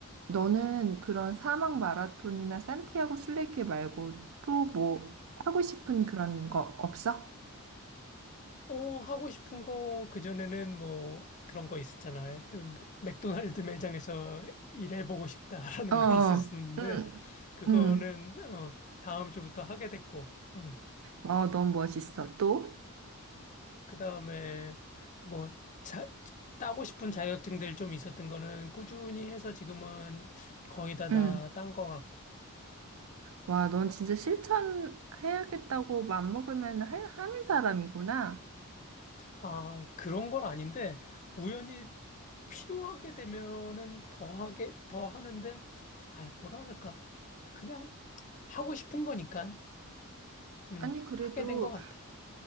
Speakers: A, on the right; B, on the left.
A: 너는 그런 사막 마라톤이나 산티아고 순례길 말고 또 뭐 하고 싶은 그런 거 없어?
B: 어, 하고 싶은 거, 그전에는 뭐 그런 거 있었잖아. 맥- 맥도날드 매장에서 일해보고 싶다라는
A: 어,
B: <laughs> 거 있었었는데,
A: 응,
B: 그거는,
A: 응.
B: 어, 다음 주부터 하게 됐고, 어,
A: 어, 너무 멋있어. 또?
B: 그 다음에 뭐, 자, 따고 싶은 자격증들 좀 있었던 거는 꾸준히 해서 지금은 거의 다 다
A: 응.
B: 딴 거 같고.
A: 와, 넌 진짜 실천해야겠다고 맘먹으면 할, 하는 사람이구나.
B: 아, 그런 건 아닌데, 우연히 필요하게 되면은 더 하게, 더 하는데, 아, 뭐라 그럴까. 그냥 하고 싶은 거니까, 음,
A: 아니, 그래도
B: 하게 된 것 같아.